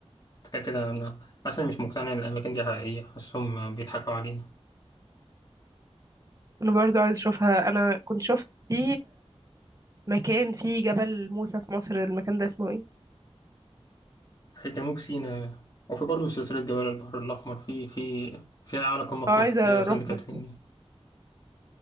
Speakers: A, on the left; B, on the right.
A: كده كده أنا أصلا مش مقتنع إن الأماكن دي حقيقية حاسسهم بيضحكوا علينا
B: انا برضو عايز اشوفها انا كنت شفت في مكان فيه جبل موسى في مصر المكان ده اسمه ايه
A: في جنوب سيناء وفي برضه سلسلة جبال البحر الأحمر في في فيها أعلى قمة
B: اه عايزة
A: في مصر اللي هي سانت
B: اروحهم
A: كاترين دي